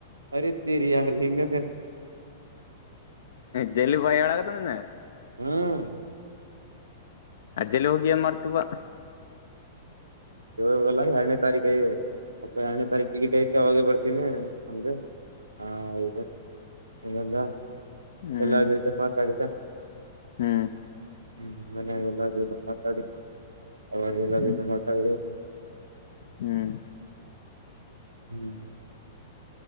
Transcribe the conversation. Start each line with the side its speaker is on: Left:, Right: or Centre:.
Right: ಅರಿತೀರಿ ಯಾರ್ರೀ ಹೆಂಗ <unintelligible>
Left: ಜಲು ಬಾಯಿ ಹೇಳಾಗತನನ
Right: ಹ್ಮ್
Left: ಅಡ್ಜಲ್ಲಿ ಹೋಗಿ ಏನ್ ಮಾಡ್ತವ
Right: ಇಗೋಗಲ್ಲ ಎರಡನೇ ತಾರೀಕ ಐ ಅಪ್ಪ ಎರಡನೇ ತಾರೀಕ ಟಿಕೆಟ್ ಐತಿ ಅವಾಗೇ ಬರ್ತೀನಿ ಅಂದ ಹಾ ಹೂ ಅಂದ
Left: ಹ್ಮ್
Right: ಎಲ್ಲರ ಜೊತೆ ಮಾತಾಡಿದಾ
Left: ಹ್ಮ್
Right: ಹ್ಮ್ ಮನ್ಯಾಗೆಲ್ಲ ಜೊತೆ ಮಾತಾಡಿ ಅವ ಜ
Left: ಹ್ಮ್
Right: ಮಾತಾಡಿದೋ
Left: ಹ್ಮ್
Right: ಹ್ಮ್